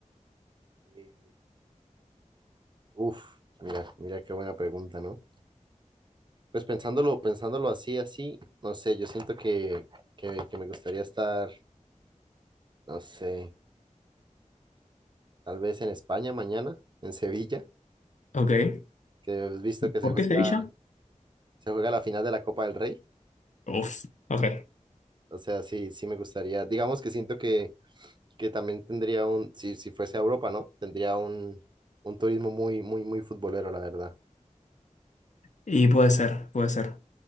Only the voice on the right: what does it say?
Eh, uf, mira, mira qué buena pregunta, ¿no? Pues pensándolo, pensándolo así, así, no sé, yo siento que, que, que me gustaría estar. No sé, tal vez en España mañana, en Sevilla,
que has visto que se
juega,
se juega la final de la Copa del Rey.
O sea, sí, sí me gustaría. Digamos que siento que, que también tendría un, si, si fuese a Europa, ¿no? Tendría un, un turismo muy, muy, muy futbolero, la verdad.